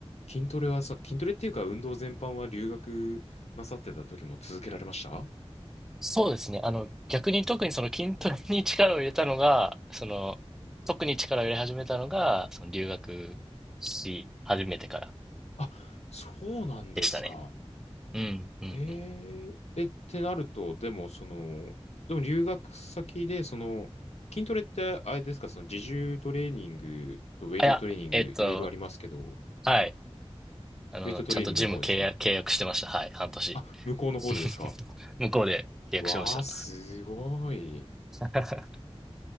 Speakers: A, on the left; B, in the centre.
A: 筋トレはそ、筋トレっていうか運動全般は留学なさってた時も続けられました
B: そうですね。あの、逆に特にその筋トレに力を入れたのが、その、特に力を入れ始めたのが、その留学し始めてから
A: あ、そうなんですか。
B: でしたね。うん、うん、
A: え
B: うん。
A: ええ、ってなると、でも、その、でも留学先で、その、筋トレって、あれですか、その自重トレーニングとウェイトトレーニング、
B: あ、いや、えっと、
A: いろいろありますけど、
B: はい。あの、
A: ウェイトトレーニングの方ですか
B: ちゃんとジム契約、契約してました。はい、半年。
A: あ、向こうの方でですか
B: <laughs> 向こうで契約しました。
A: わあ、すごい。
B: <laughs>